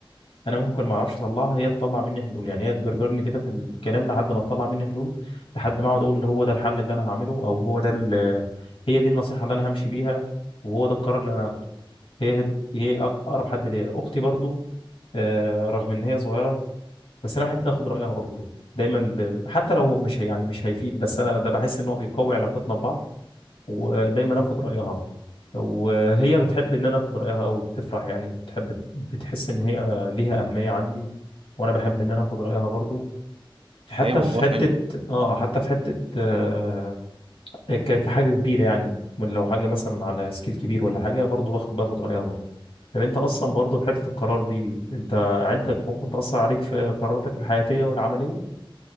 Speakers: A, on the left; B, on the right.
A: انا ممكن ما اعرفش اطلعها هي تطلع مني حلول يعني هي تجرجرني كده في الكلام لحد ما تطلع مني حلول لحد ما اقعد اقول اللي هو ده الحل اللي انا هعمله او هو ده ال- هي دي النصيحه اللي انا همشي بيها وهو ده القرار اللي انا هاخده هي هي اقرب حد ليا اختي برضو آه، رغم ان هي صغيره بس انا احب اخد رايها برضو دايما ب... حتى لو هو مش هي يعني مش هيفيد بس انا ده بحس ان هو بيقوي علاقتنا ببعض ودايما اخد رايها وهي بتحب ان انا اخد رايها او بتفرح يعني بتحب بتحس ان هي ليها اهميه عندي وانا بحب ان انا اخد رايها برضو حتى
B: هي موضوع
A: في حته
B: حلو
A: اه حتى في حته آه ك- كحاجه كبيره يعني من لو حاجه مثلا على سكيل كبير ولا حاجه برضو باخد باخد رايها برضو طب انت اصلا برضو في حته القرار دي دي انت عيلتك ممكن تاثر عليك في قراراتك الحياتيه والعمليه